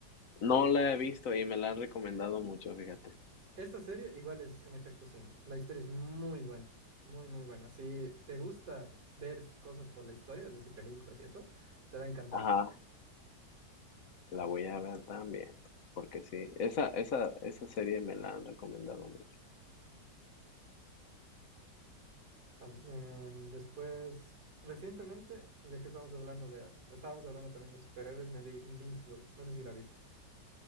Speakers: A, on the left; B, on the right.
A: no la he visto y me la han recomendado mucho, fíjate.
B: Esta serie igual es en efecto cine. La historia es muy buena, muy, muy buena. Si te gusta ver s- cosas por la historia, es decir, películas y eso, te va a encantar
A: Ajá,
B: Dark.
A: la voy a ver también, porque sí, esa, esa, esa serie me la han recomendado mucho.
B: Ah, em, después, recientemente, ya que estábamos hablando de, estábamos hablando también de superhéroes, me vi Invincible. No sé si la viste.